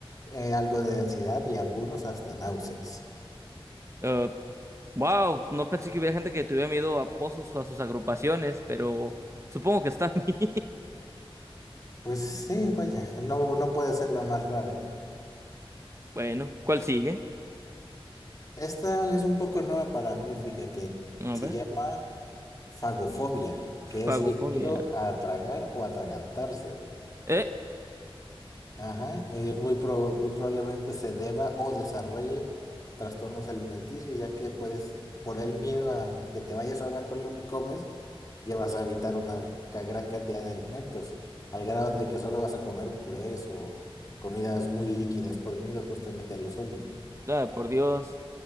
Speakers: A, on the left (about 35°); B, on the right (about 30°).
A: eh, algo de ansiedad y algunos hasta náuseas.
B: Eh, wow, no pensé que hubiera gente que tuviera miedo a pozos o a sus agrupaciones, pero supongo que está <laughs> bien.
A: Pues sí, vaya, no, no puede ser la más rara.
B: Bueno, ¿cuál sigue?
A: Esta es un poco nueva para mí, fíjate,
B: A
A: se
B: ver,
A: llama fagofobia, que
B: fagofobia.
A: es el miedo a tragar o atragantarse.
B: Eh,
A: Ajá, y muy, pro- muy probablemente se deba o desarrolle trastornos alimenticios, ya que puedes, por el miedo a que te vayas a ahogar con lo que comes, ya vas a evitar una ca- gran cantidad de alimentos, al grado de que solo vas a comer purés o comidas muy líquidas por miedo justamente a lo sólido.
B: ah, por Dios.